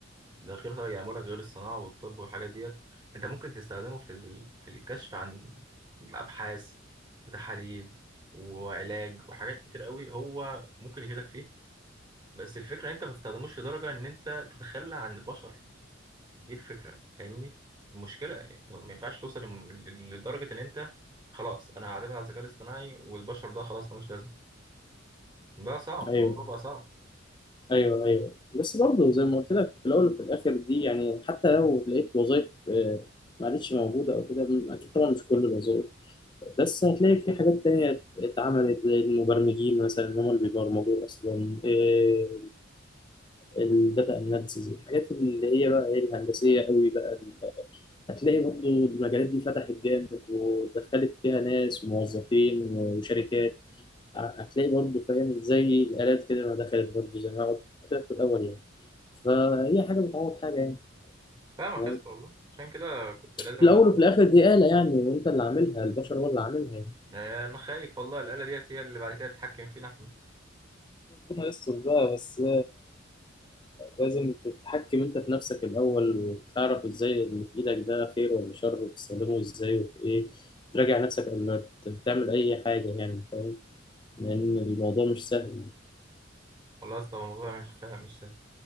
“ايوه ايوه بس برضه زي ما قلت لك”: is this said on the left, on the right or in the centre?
Left